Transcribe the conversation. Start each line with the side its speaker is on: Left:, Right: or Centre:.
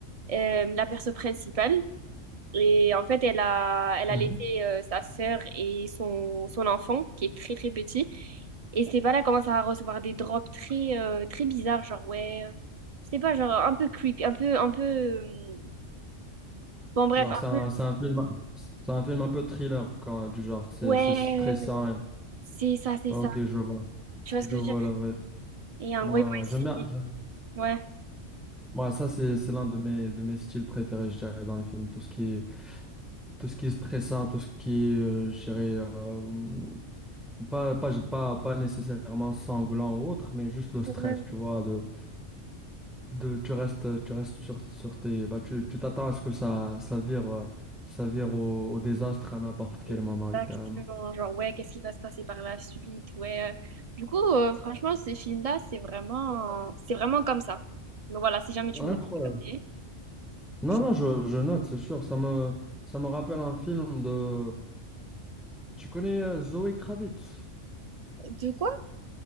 Right: euh, la perso principale. Et en fait, elle a, elle
Centre: Mhm.
Right: a laissé euh, sa sœur et son, son enfant, qui est très, très petit. Et c'est pas là commence à recevoir des drops très, euh, très bizarres, genre, ouais, euh, je sais pas, genre, un peu creepy, un peu, un peu... hum, Bon, bref,
Centre: Genre,
Right: un
Centre: c'est un,
Right: peu,
Centre: c'est un film, c'est un film un peu thriller, quand, du genre, c'est
Right: ouais.
Centre: c'est stressant. et-
Right: C'est ça, c'est
Centre: Ok,
Right: ça.
Centre: je vois.
Right: Tu vois ce
Centre: Je
Right: que je
Centre: vois
Right: veux dire?
Centre: la vibe.
Right: Et en
Centre: Moi,
Right: gros, ils vont
Centre: ouais, ouais, j'aime bien.
Right: essayer.
Centre: j'aime-
Right: Ouais,
Centre: Moi, ça, c'est c'est l'un de mes, de mes styles préférés, je dirais, dans les films. Tout ce qui est, tout ce qui est stressant, tout ce qui est, euh, je dirais, euh, Pas, pas, pas, pas nécessairement sanglant ou autre, mais juste le stress,
Right: Ouais.
Centre: tu vois, de, de tu restes, tu restes sur, sur tes, bah, tu, tu t'attends à ce que ça, ça vire, euh, ça vire au, au désastre à n'importe quel
Right: exactement.
Centre: moment, littéralement.
Right: Genre, ouais, qu'est-ce qui va se passer par la suite? Ouais. Du coup, euh, franchement, ce film-là, c'est vraiment... c'est vraiment comme ça. Donc voilà, si jamais tu
Centre: Incroyable.
Right: veux le regarder.
Centre: Non,
Right: je-
Centre: non, je, je note, c'est sûr. Ça me, ça me rappelle un film de. Tu connais euh, Zoé Kravitz?
Right: De quoi?